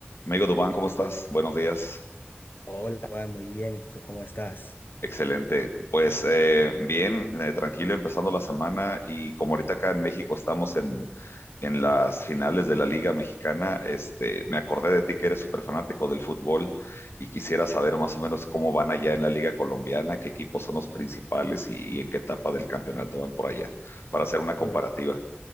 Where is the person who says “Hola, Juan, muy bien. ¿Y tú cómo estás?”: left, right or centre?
Left